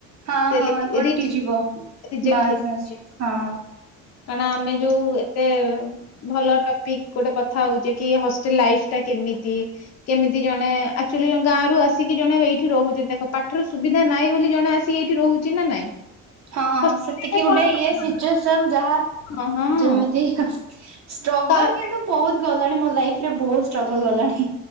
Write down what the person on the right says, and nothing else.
ହଁ
ହଁ
କଟିଯିବ
ବାସ୍ ବାସ୍ ହଁ।
ହଁ
ସେତିକି ଗୋଟେ
ଇଏ ସିଚୁଏସନ ଯାହା
ଯେମିତି ହଁ ଷ୍ଟ୍ରଗଲ
କିନ୍ତୁ ବହୁତ ଗ ଜାଣେ ମୋ ଲାଇଫ ରେ ବହୁତ ଷ୍ଟ୍ରଗଲ ଗଲାଣି